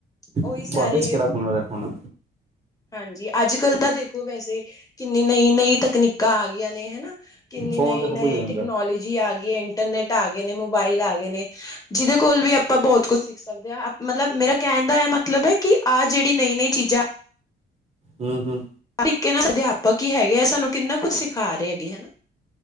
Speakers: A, on the left (about 20°); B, on the right (about 30°).
A: ਉਹੀ
B: ਤੁਹਾਡੇ
A: ਸਾਰੇ
B: ਚ ਕਿਹੜਾ ਹੁਨਰ ਹੈ ਹੁਣ
A: ਹਾਂਜੀ, ਅੱਜ ਕੱਲ੍ਹ ਤਾਂ ਦੇਖੋ ਵੈਸੇ ਕਿੰਨੀ ਨਈ- ਨਈ ਤਕਨੀਕਾਂ ਆ ਗਈਆਂ ਨੇ ਹਨਾ ਕਿੰਨੀ
B: ਫੋਨ
A: ਨਈ-
B: ਤੇ ਸਭ
A: ਨਈ
B: ਕੁਝ ਹੋ ਜਾਂਦਾ
A: ਟੈਕਨੋਲੋਜੀ ਆ ਗਈ। ਇੰਟਰਨੈਟ ਆ ਗਏ ਨੇ, ਮੋਬਾਇਲ ਆ ਗਏ ਨੇ, ਜਿਹਦੇ ਕੋਲ ਵੀ ਆਪਾਂ ਬਹੁਤ ਕੁੱਛ ਸਿੱਖ ਸਕਦੇ ਹੈ, ਮਤਲਬ ਮੇਰਾ ਕਹਿਣ ਦਾ ਇਹ ਮਤਲਬ ਹੈ ਕਿ ਆਹ ਜਿਹੜੀ ਨਈਂ- ਨਈਂ ਚੀਜ਼ਾਂ
B: ਹੁ, ਹੁ
A: ਤਰੀਕੇ ਨਾਲ ਅਧਿਆਪਕ ਹੀ ਹੈਗੇ ਆ ਸਾਨੂੰ ਕਿੰਨਾ ਕੁੱ ਸਿਖਾ ਰਹੇ ਹੈਗੇ ਹਨਾ